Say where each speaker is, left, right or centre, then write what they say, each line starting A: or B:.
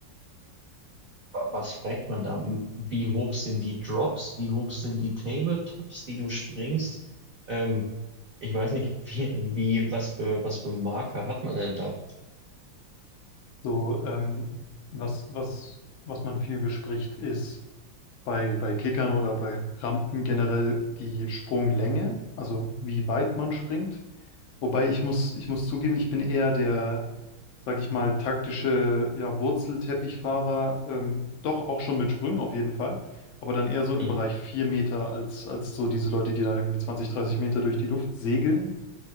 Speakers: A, on the right (about 55°); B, on the left (about 75°).
A: wa- was fragt man da? Wie hoch sind die Drops? Wie hoch sind die Tabletops, die du springst? Ähm, ich weiß nicht, wie, wie, was für, was für Marker hat man denn da?
B: So, ähm, was, was, was man viel bespricht, ist bei, bei Kickern oder bei Rampen generell die Sprunglänge, also wie weit man springt. Wobei ich muss, ich muss zugeben, ich bin eher der, sag ich mal, taktische, ja, Wurzelteppichfahrer, ähm, doch auch schon mit Sprüngen auf jeden Fall, aber dann eher so im
A: Mhm.
B: Bereich 4 Meter als, als so diese Leute, die da irgendwie 20 30 Meter durch die Luft segeln.